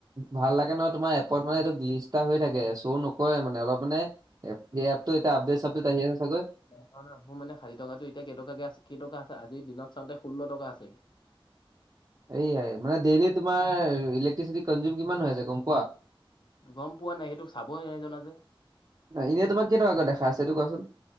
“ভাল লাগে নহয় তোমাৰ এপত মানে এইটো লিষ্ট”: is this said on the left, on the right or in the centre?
Right